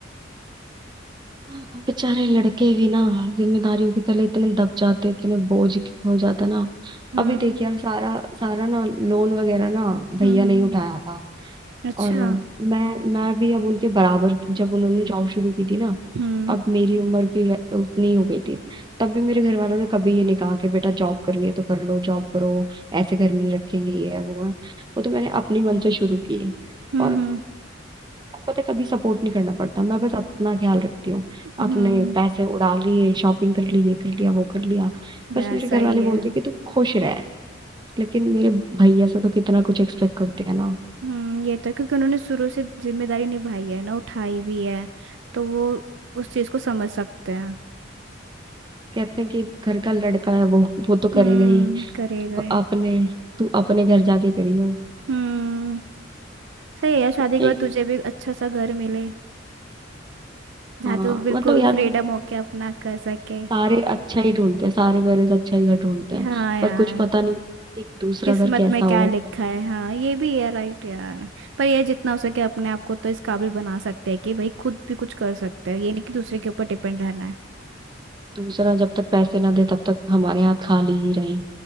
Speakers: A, on the right (about 25°); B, on the right (about 65°).
A: हाँ, बेचारे लड़के भी ना जिम्मेदारियों के तले इतने दब जाते इतने बोझ के हो जाता ना
B: हम्म
A: अभी देख यार सारा सारा ना लोन वगैरह ना भैया
B: हम्म हम्म,
A: ने ही उठाया था
B: अच्छा
A: और मैं मैं भी अब उनके बराबर जब उन्होंने जॉब शुरू की थी ना
B: हम्म
A: अब मेरी उम्र भी वै- उतनी ही हो गई थी तब भी मेरे घर वालों ने कभी ये नहीं कहा कि बेटा जॉब करनी है तो कर लो जॉब करो ऐसे घर में नहीं रखेंगे ये है वो है वो तो मैंने अपनी मन से शुरू की
B: हम्म
A: और
B: हम्म
A: पता है, कभी सपोर्ट नहीं करना पड़ता मैं बस अपना ख्याल रखती हूँ
B: हम्म,
A: अपने पैसे उड़ा लिए शॉपिंग कर ली ये कर लिया वो कर लिया
B: यार
A: बस मेरे
B: सही
A: घर वाले
B: है
A: बोलते हैं कि तू खुश रह लेकिन मेरे भैया से तो कितना कुछ एक्सपेक्ट करते हैं ना
B: हम्म ये तो है, क्योंकि उन्होंने शुरू से जिम्मेदारी निभाई है ना उठाई भी है तो वो उस चीज को समझ सकते हैं
A: कहते हैं कि घर का लड़का है वो वो तो करेगा
B: हम्म
A: ही
B: करे
A: तू
B: गए
A: अपने तू अपने घर जाके करियो
B: हम्म सही है यार शादी के
A: यही
B: बाद तुझे भी अच्छा सा घर मिले जहाँ
A: हाँ
B: तू बिल्कुल
A: मतलब यार
B: फ्रीडम होके अपना कर सके
A: सारे अच्छा ही ढूंढते हैं सारे पेरेंट्स अच्छा ही घर ढूंढते हैं
B: हाँ यार
A: पर कुछ पता नहीं कि दूसरा
B: किस्मत
A: घर कैसा
B: में
A: हो
B: क्या लिखा है हाँ ये भी है राइट यार पर ये जितना हो सके अपने आप को तो इस काबिल बना सकते हैं कि भाई खुद भी कुछ कर सकते हैं ये नहीं कि दूसरे के ऊपर डिपेंड रहना है
A: दूसरा जब तक पैसे ना दे तब तक हमारे हाथ खाली ही रहे